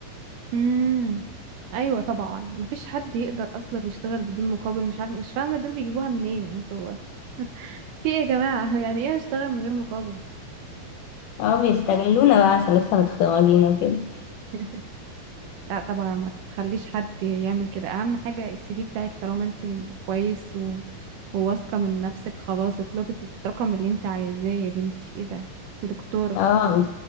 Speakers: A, on the right; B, on the left.
A: مم. أيوة طبعا مفيش حد يقدر أصلا يشتغل بدون مقابل مش عارف مش فاهمة دول بيجيبوها منين انتوا في ايه يا جماعة <laughs> يعني ايه أشتغل من غير مقابل
B: اه بيستغلونا بقى عشان لسه متخرجين وكده
A: <laughs> لا طبعا ما تخليش حد يعمل كده اهم حاجة السي في بتاعك طالما انت م- كويس و... وواثقة من نفسك خلاص اطلبي الرقم اللي انت عايزاه يا بنتي ايه ده انت دكتورة
B: اه